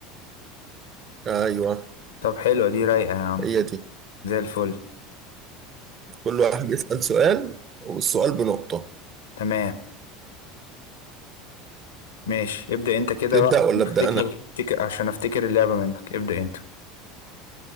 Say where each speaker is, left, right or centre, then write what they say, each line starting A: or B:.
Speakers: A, on the right; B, on the left.
A: ايوه
B: طب حلوة دي رايقة يا عم
A: هي دي
B: زي الفل
A: كل واحد يسال سؤال والسؤال بنقطه
B: تمام ماشي ابدأ انت كده
A: تبدا
B: بقى
A: ولا ابدا انا
B: افتكر عشان افتكر اللعبة منك ابدأ انت